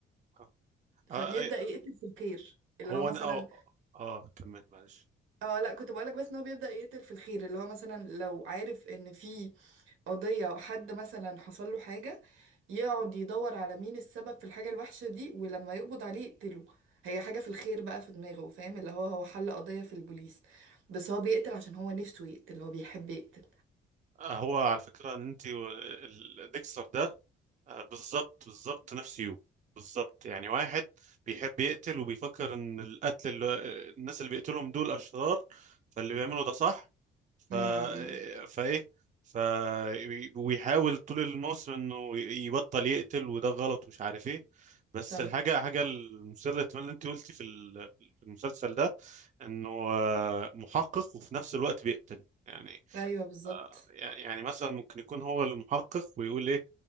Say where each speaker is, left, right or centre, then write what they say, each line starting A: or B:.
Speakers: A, on the right; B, on the right.
A: آه.
B: فبيبدأ
A: آه، أي-
B: يقتل في الخير اللي
A: هو
B: هو مثلا
A: انا اه اه كمل معلش
B: اه لا كنت بقولك بس ان هو بيبدأ يقتل في الخير اللي هو مثلا لو عارف ان في قضية أو حد مثلا حصل له حاجة يقعد يدور على مين السبب في الحاجة الوحشة دي ولما يقبض عليه يقتله هي حاجة في الخير بقى في دماغه فاهم اللي هو هو حل قضية في البوليس بس هو بيقتل عشان هو نفسه يقتل هو بيحب يقتل
A: آه، هو على فكرة ان انت و- ال- ديكستر ده آه، بالظبط بالظبط نفس يو بالظبط يعني واحد بيحب يقتل وبيفكر ان القتل اللي الناس اللي بيقتلهم دول اشرار فاللي بيعملوا ده صح ف
B: امم
A: آه، فايه ف ويحاول طول الموسم انه يبطل يقتل وده غلط ومش عارف ايه بس
B: صح
A: الحاجة حاجة المثيرة للاهتمام اللي انت قلتي في ال- في المسلسل ده انه آه، محقق وفي نفس الوقت بيقتل يعني
B: ايوه بالظبط
A: يعني مثلا ممكن يكون هو المحقق ويقول ايه